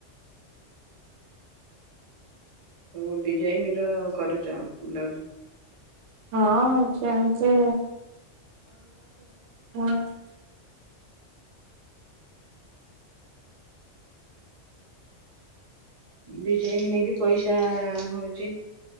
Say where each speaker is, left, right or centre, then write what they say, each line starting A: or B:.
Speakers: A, on the right (about 40°); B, on the right (about 85°).
A: ସବୁ ଡିଜାଇନ ର କରୁଛ ବ୍ଲାଉଜ?
B: ହଁ ଜାଣିଛି <unintelligible>
A: ଡିଜାଇନ ନେଇକି ପଇସା ହଉଛି।